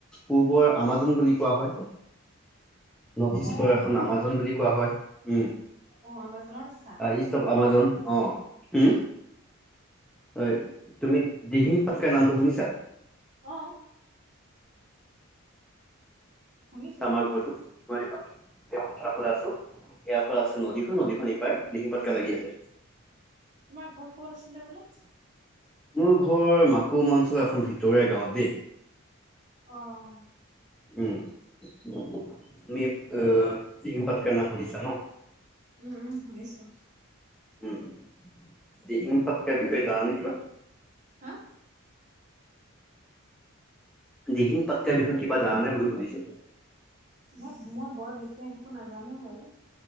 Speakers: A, in the centre; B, on the right (about 35°).
A: পূ্বৰ আমাজন বুলি কোৱা হয়। নৰ্থ ইষ্টৰ
B: অ',
A: এখন আমাজন বুলি কোৱা হয় উম'।
B: অঁ আমাজনৰত আছা।
A: ইষ্ট আমাজন অ উ হয় <unintelligible> তুমি দিহিং পাটকাই নামটো শুনিছা?
B: অঁ। শুনিছোঁ।
A: আমাৰ ঘৰটো মইাৰ ফালে আছো <unintelligible> ইয়াৰ পৰা আছে নদীখন নদীখন ইপাই ডিহিং পাটকাই লাগি আছে।
B: তোমাৰ ঘৰ ক'ত আছিলে বোলে।
A: মোৰ ঘৰৰ মাকুম অঞ্চলৰ এখন ভিতৰীয়া গাঁওত দেই।
B: অ'
A: উম, তমি দিহিং পাটকাৰ নাম শুনিছা ন?
B: উম উম, শুনিছো।
A: উম, দিহিং পাটকাই বিষয়ে জানা নে কিবা?
B: হা?
A: দিহিং পাটকাই বিষয়ে কিবা জানোই বুলি সুধিছো।
B: মই মই বৰ বিশেষ একো নাজানো বাৰু।